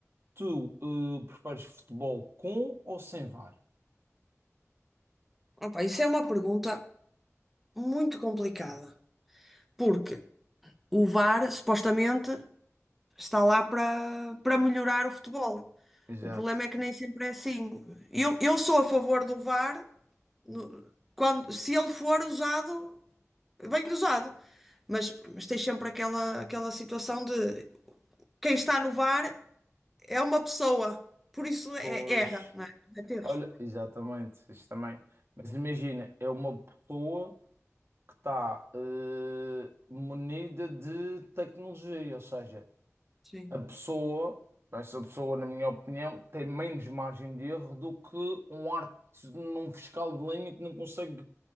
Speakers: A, on the right; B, in the centre.
A: Tu, eh, preferes futebol com ou sem VAR?
B: Opa, isso é uma pergunta muito complicada, porque o VAR supostamente está lá para para melhorar o futebol.
A: Exato.
B: O problema é que nem sempre é assim. Eu, eu sou a favor do VAR no- quando, se ele for usado, bem usado, mas, mas tem sempre aquela, aquela situação de quem está no VAR. é uma pessoa, por isso é,
A: Pois.
B: erra, não é? Comete erros.
A: Olha, exatamente, isso também. Mas imagina, é uma pessoa que está eh, munida de tecnologia, ou seja,
B: Sim.
A: a pessoa, essa pessoa, na minha opinião, tem menos margem de erro do que um arte num fiscal de linha que não consegue